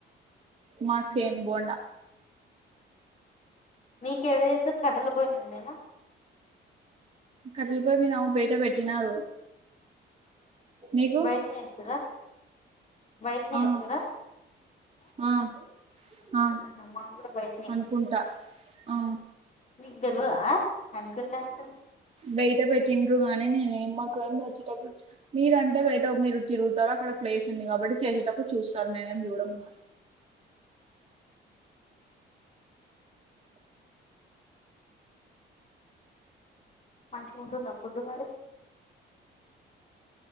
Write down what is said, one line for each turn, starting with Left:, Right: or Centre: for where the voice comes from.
Right: మాక్ సేమ్ బోండా
Left: మీకేడ చేస్తరు కట్టలపోయి మీదనేనా
Right: కట్టలిపోయి మీద బయట పెట్టినారు. మీకు
Left: బయటనే చేస్తురా బయటనే
Right: ఆ
Left: ఏస్తురా
Right: ఆ ఆ
Left: ఆహా మాది కూడా బయటనే
Right: అనుకుంటా ఆ
Left: మీకు తేల్వదా అనుకుంటా అంటవ్
Right: బయట పెట్టిండ్రు గానీ నేనేమి మాకేమి వచ్చేటప్పుడు మీరంటే బయట మీరు తిరుగుతారు అక్కడ ప్లేస్ ఉంది కాబట్టి చేసేటప్పుడు చూస్తారు మేమేం చూడంగా
Left: మంచిగ ఉంటుందా ఫుడ్డు మరి